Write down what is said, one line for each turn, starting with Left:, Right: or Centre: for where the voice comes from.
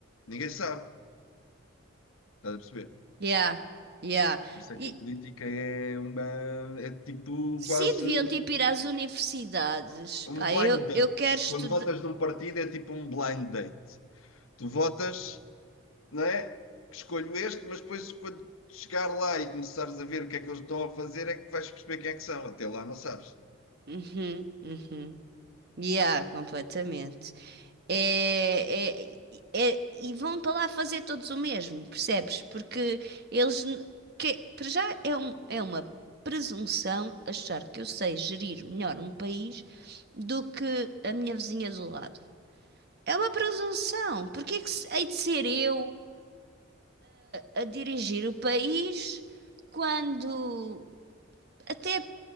Left: Ninguém sabe. Estás a perceber?
Right: Yeah. Yeah.
Left: Por isso é
Right: E
Left: que a política é uma, é tipo
Right: sim,
Left: quase
Right: deviam
Left: um-
Right: tipo ir às universidades.
Left: Um
Right: Pá,
Left: blind
Right: eu,
Left: date.
Right: eu quero estudar.
Left: Quando votas num partido é tipo um blind date. Tu votas, não é? Escolho este, mas depois quando chegar lá e começares a ver o que é que eles estão a fazer é que vais perceber quem é que são. Até lá não sabes.
Right: Uhum, uhum. Yeah, completamente. É, é- é- e vão para lá fazer todos o mesmo, percebes? Porque eles, n- que, para já é, um- é uma presunção achar que eu sei gerir melhor um país do que a minha vizinha do lado. É uma presunção. Porque é que se- hei de ser eu a dirigir o país quando até